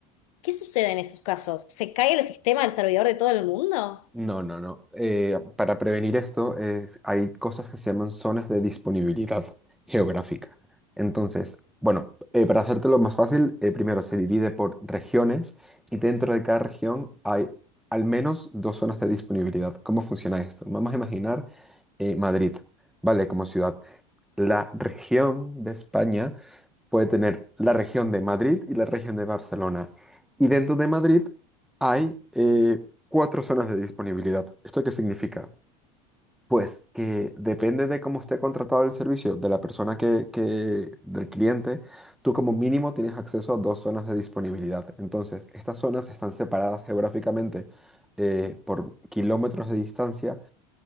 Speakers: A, on the left (about 85°); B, in the centre.
A: ¿Qué sucede en esos casos? ¿Se cae el sistema del servidor de todo el mundo?
B: No, no, no. Eh, para prevenir esto, eh, hay cosas que se llaman zonas de disponibilidad geográfica. Entonces, bueno, eh, para hacértelo más fácil, eh, primero se divide por regiones y dentro de cada región hay al menos dos zonas de disponibilidad. ¿Cómo funciona esto? Vamos a imaginar eh, Madrid, ¿vale? Como ciudad. La región de España puede tener la región de Madrid y la región de Barcelona. Y dentro de Madrid hay eh, cuatro zonas de disponibilidad. ¿Esto qué significa? Pues que depende de cómo esté contratado el servicio de la persona que, que- del cliente, tú como mínimo tienes acceso a dos zonas de disponibilidad. Entonces, estas zonas están separadas geográficamente eh, por kilómetros de distancia